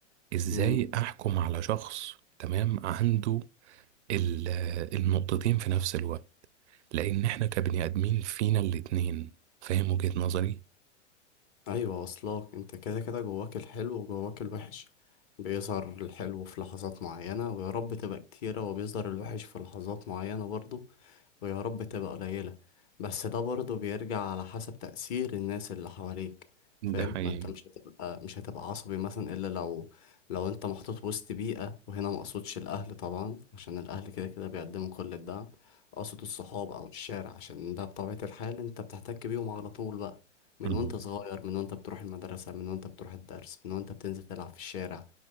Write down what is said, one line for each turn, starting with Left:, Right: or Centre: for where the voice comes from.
Right: ازاي
Left: امم
Right: احكم على شخص تمام عنده ال- النقطتين في نفس الوقت لان احنا كبني ادمين فينا الاتنين فاهم وجهة نظري
Left: ايوه واصلاك انت كده كده جواك الحلو وجواك الوحش بيظهر الحلو في لحظات معينة ويا رب تبقى كتيرة وبيظهر الوحش في لحظات معينة برضو ويا رب تبقى قليلة بس ده برضه بيرجع على حسب تأثير الناس اللي حواليك
Right: ده
Left: فاهم
Right: حقيقي
Left: ما انت مش هتبقى مش هتبقى عصبي مثلا الا لو لو انت محطوط وسط بيئة وهنا ما اقصدش الاهل طبعا عشان الاهل كده كده بيقدموا كل الدعم اقصد الصحاب او الشارع عشان ده بطبيعة الحال انت بتحتك بيهم على طول بقى من
Right: مم.
Left: وانت صغير من وانت بتروح المدرسة من وانت بتروح الدرس من وانت بتنزل تلعب في الشارع